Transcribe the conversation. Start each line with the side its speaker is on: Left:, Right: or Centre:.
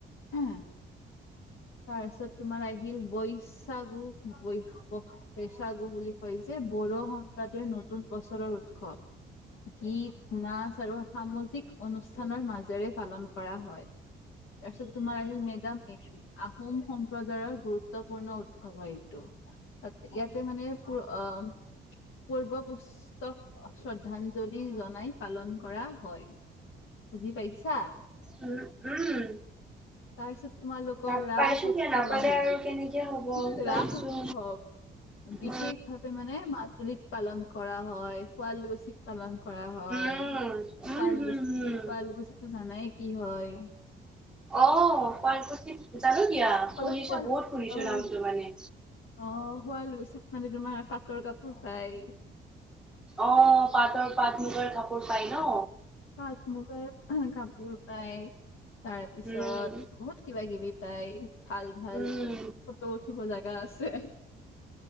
Left: <unintelligible> তাৰপিছত তোমাৰ আহিল বৈচাগু, বৈশ বৈচাগু বুলি কয় যে বড়ো সম্প্ৰদায়ৰ নতুন বছৰৰ উৎসৱ। গীত-নাচ আৰু সামাজিক অনুষ্ঠানৰ মাজেৰে পালন কৰা হয়। তাৰপিছত তোমাৰ আহিল, মেডাম-মেফি। আহোম সম্প্ৰদায়ৰ গুৰুত্বপূৰ্ণ উৎসৱ হয় এইটো, ইয়াতে মানে প অ পূৰ্বপুস্তক শ্ৰদ্ধাঞ্জ লি জনাই পালন কৰা হয়। বুজি পাইছা?
Centre: উম উম।
Left: তাৰ পিছত তোমালোকৰ
Centre: নাপাইছো
Left: ৰাস উৎসৱ
Centre: কিয় নাপালে
Left: আহিল,
Centre: আৰু কেনেকে হ'ব
Left: উ-ৰাস
Centre: পাইছো
Left: উৎসৱ। বিশেষভাৱে
Centre: উম
Left: মানে মাজুলীত পালন কৰা হয়, শুৱালুছিত। পালন কৰা
Centre: উম
Left: হয়। শুৱালকুছি,
Centre: উম হম হম
Left: শুৱালকছিতটো জানাই কি হয়?
Centre: অ' শুৱালকুছিত, জানো দিয়া! শুনিছোঁ,
Left: অলপ শুৱাল
Centre: বহুত শুনিছোঁ
Left: অ',
Centre: নামটো মানে।
Left: অ' শুৱালুছিত মানে তোমাৰ পাটৰ কাপোৰ পায়।
Centre: অ', পাটৰ পাট-মুগাৰ কাপোৰ পাই ন।
Left: পাট-মুগাৰ কাপোৰ পায়, তাৰ পিছত
Centre: উম,
Left: বহুত কিবা-কিবি পায় ভাল ভাল।
Centre: উম,
Left: ফটো উঠিব জাগা আছে,